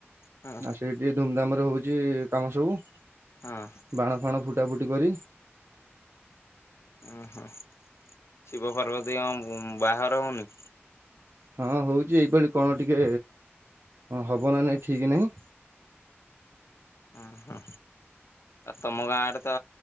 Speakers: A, on the left; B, on the right.
A: ହଁ
B: ଆ ସେଇଠି ଧୁମଧାମ ରେ ହଉଛି କାମ ସବୁ।
A: ହୁଁ
B: ବାଣ ଫାଣ ଫୁଟା ଫୁଟି କରି
A: ଉଁ ହୁଁ ଶିବ ପାର୍ବତୀ ଙ୍କ ବାହାଘର ହଉନି।
B: ହଁ ହଉଛି ଏଇପାଳି କଣ ଟିକେ ହବ ନା ନାହିଁ ଠିକ୍ ନାହିଁ।
A: ଓହୋ ଆଉ ତମ ଗାଁ ଆଡେ ତ